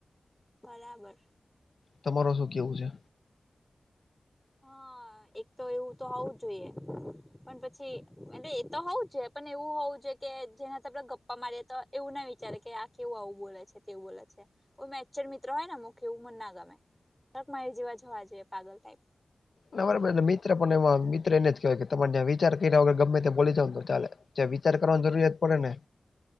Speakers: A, in the centre; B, on the left (about 65°).
A: બરાબર
B: તમારો શું કેવું છે.
A: હા એક તો એવું તો હોવું જ જોઈએ. પણ પછી એ એ તો હોવુ છે, પણ એવુ હોવુ છે કે જેનાથી આપડે ગ્ અમારે તો એવું ના વિચારે કે આ કેવું આવું બોલે છે, તેવુ બોલે છે. મેંચચર મિત્ર હોય ને મ કે એવું મને ના ગમેક મારી જેવા જોવા જોઈએ પાગલાઈપ
B: ના બરાબર મિત્ર પણ એ મિત્ર એને જ કહેવાય કે તમારે ત્યા વિચાર કર્યા વગર ગમે તે બોલી જાવ તો ચાલે વિચાર કરવાની જરૂરિયાત પડે ને